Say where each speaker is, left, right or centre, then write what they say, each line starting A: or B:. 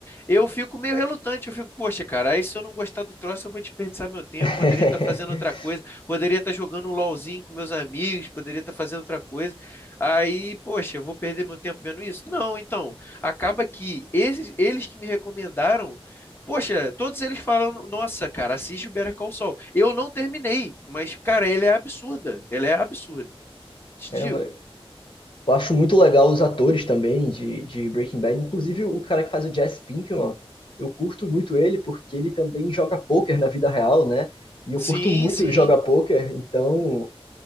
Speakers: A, on the left; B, on the left.
A: Eu fico meio relutante. Eu fico, poxa, cara, aí se eu não gostar do troço, eu vou desperdiçar meu tempo.
B: <laughs>
A: Poderia estar fazendo outra coisa, poderia estar jogando um LOLzinho com meus amigos, poderia estar fazendo outra coisa. Aí, poxa, eu vou perder meu tempo vendo isso? Não, então, acaba que esses, eles que me recomendaram, poxa, todos eles falam, nossa, cara, assiste o Better Call Saul. Eu não terminei, mas, cara, ele é absurda, ele é absurda. Te
B: Caramba,
A: digo.
B: eu acho muito legal os atores também de, de Breaking Bad, inclusive o cara que faz o Jesse Pinkman, eu curto muito ele porque ele também joga poker na vida real, né? E eu
A: Sim,
B: curto muito
A: sim.
B: jogar poker, então